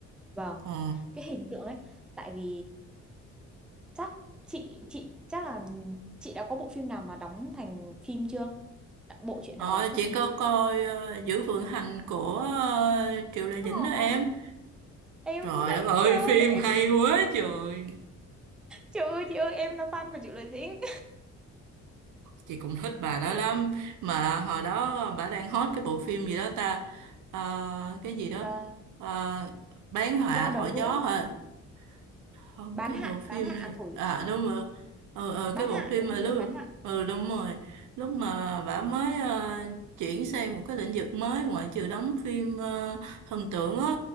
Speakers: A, in the centre; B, on the right (about 75°).
A: vâng
B: Ờ,
A: cái hình tượng ấy tại vì chắc chị chị chắc là chị đã có bộ phim nào mà đóng thành phim chưa Đã- bộ truyện
B: ờ
A: nào mà đóng thành
B: chị
A: phim
B: có
A: chưa
B: coi ờ, Giữ Vượng Hành của ờ, Triệu Lệ Dĩnh
A: Ồ,
B: đó em
A: em
B: Trời
A: cũng vậy
B: đất ơi,
A: trời ơi
B: phim hay quá trời.
A: trời ơi chị ơi em là fan của Triệu Lợi Dĩnh
B: Chị cũng thích bà đó
A: <laughs>
B: lắm. Mà hồi đó bà đang hot cái bộ phim gì đó ta. Ờ, cái gì đó.
A: à,
B: Ờ, bán họa
A: ra đấu
B: thổi
A: đúng
B: gió
A: không
B: hả? Không,
A: bán
B: cái
A: hạ
B: bộ phim
A: bán hạ
B: này.
A: thổi
B: À đúng rồi. Ừ, ừ,
A: bán
B: cái bộ
A: hạ
B: phim
A: đúng
B: mà
A: không
B: lúc...
A: phim bán hạ
B: Ừ đúng rồi. Lúc mà bà mới ờ, chuyển sang một cái lĩnh vực mới ngoại trừ đóng phim ờ, thần tượng á.